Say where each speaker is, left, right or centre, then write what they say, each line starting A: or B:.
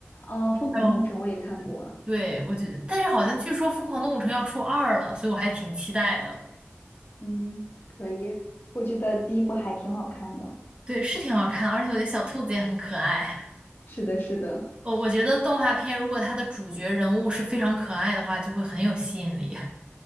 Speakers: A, on the left; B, on the right.
A: 哦，《疯狂动物城》我也看过。
B: 还有对我觉得，但是好像据说《疯狂动物城》要出二了，所以我还挺期待的。
A: 嗯，可以，我觉得第一部还挺好看的。
B: 对，是挺好看，而且我觉得小兔子也很可爱。
A: 是的，是的，
B: 我我觉得动画片如果它的主角人物是非常可爱的话，就会很有吸引力。